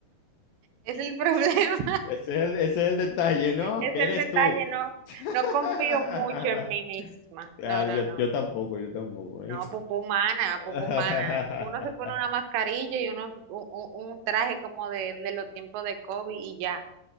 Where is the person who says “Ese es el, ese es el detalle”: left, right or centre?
Left